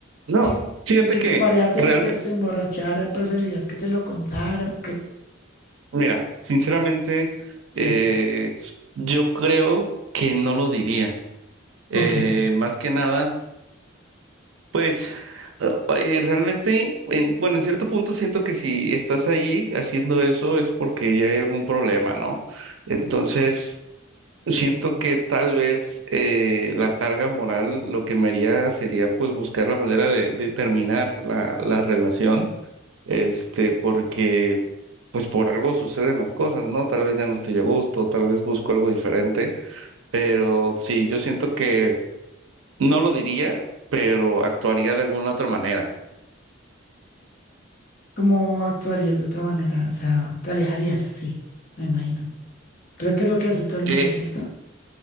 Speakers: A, on the right; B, on the left.
A: No,
B: Si,
A: fíjate
B: si que
A: que
B: tu pareja te,
A: realmente,
B: te- se emborrachara, ¿preferirías que te lo contara o qué?
A: mira, sinceramente,
B: Sí,
A: eh, yo creo que no lo diría. Eh,
B: ok.
A: más que nada, pues ah, eh, realmente, en- bueno, en cierto punto siento que si estás ahí haciendo eso es porque ya hay algún problema, ¿no? Entonces, Siento que tal vez eh, la carga moral lo que me haría sería pues buscar la manera de, de terminar la, la relación, este, porque pues por algo suceden las cosas, ¿no? Tal vez ya no estoy a gusto, tal vez busco algo diferente, pero sí, yo siento que no lo diría, pero actuaría de alguna otra manera.
B: ¿Cómo actuarías de otra manera? O sea, te alejarías, sí, me imagino. Creo que es lo que hace todo el
A: Eh,
B: mundo, ¿cierto?